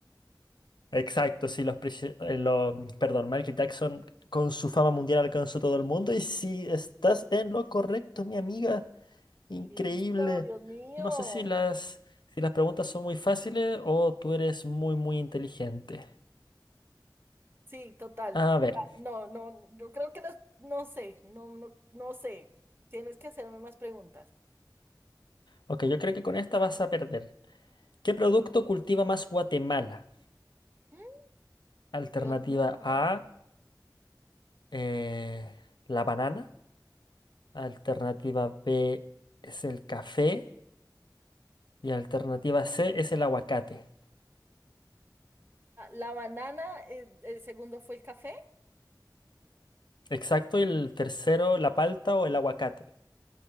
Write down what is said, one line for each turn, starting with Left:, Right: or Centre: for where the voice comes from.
Left: <laughs> Exacto, sí, los prisioneros. perdón, Michael Jackson con su fama mundial alcanzó todo el mundo. Y si estás en lo correcto, mi amiga.
Right: <laughs>
Left: Increíble.
Right: Listo, Dios mío.
Left: No sé si las, si las preguntas son muy fáciles o tú eres muy, muy inteligente.
Right: Sí, total.
Left: A
Right: total.
Left: ver,
Right: No, no, yo creo que las, no sé, no, no, no sé. Tienes que hacerme más preguntas.
Left: ok, yo creo que con esta vas a perder. ¿Qué producto cultiva más Guatemala?
Right: Mm,
Left: Alternativa
Right: Dios mío.
Left: A, eh, la banana. Alternativa B es el café. Y alternativa C es el aguacate.
Right: Ah, La banana, eh, el segundo fue el café.
Left: Exacto, y el tercero, la palta o el aguacate.